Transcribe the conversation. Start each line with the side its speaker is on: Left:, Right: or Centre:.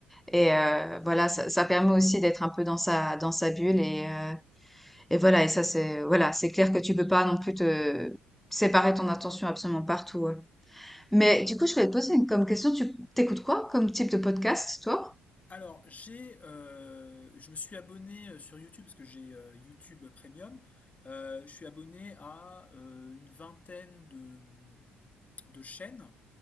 Centre: Et euh, voilà, ça, ça permet aussi d'être un peu dans sa dans sa bulle et euh, et voilà, et ça c'est voilà, c'est clair que tu peux pas non plus te séparer ton attention absolument partout. hein. Mais du coup, je voulais te poser une, comme question, tu t'écoutes quoi comme type de podcast, toi?
Left: Alors, j'ai, euh, je me suis abonné euh, sur YouTube parce que j'ai euh, YouTube Premium. Euh, je suis abonné à euh, une vingtaine de, de chaînes